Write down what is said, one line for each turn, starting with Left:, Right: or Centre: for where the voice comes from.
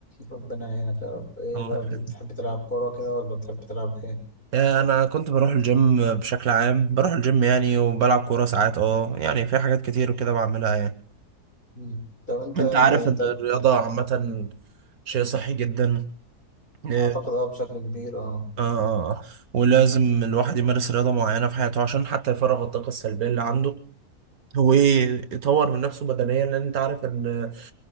Left: ربنا يعينك يا رب ايه
Right: الله
Left: بقى
Right: يخليك
Left: بتحب تلعب كورة كده ولا بتحب تلعب ايه
Right: آه، انا كنت بروح الجيم بشكل عام بروح الجيم يعني وبلعب كورة ساعات اه يعني في حاجات كتير وكده بعملها يعني
Left: مم. طب انت
Right: انت
Left: يعني
Right: عارف ان
Left: طب
Right: الرياضة عامة شيء صحي جدا اه
Left: اعتقد اه بشكل كبير اه
Right: اه آه. آه. ولازم الواحد يمارس رياضة معينة في حياته عشان حتى يفرغ الطاقة السلبية اللي عنده هو ايه يطور من نفسه بدنيا لان انت عارف ان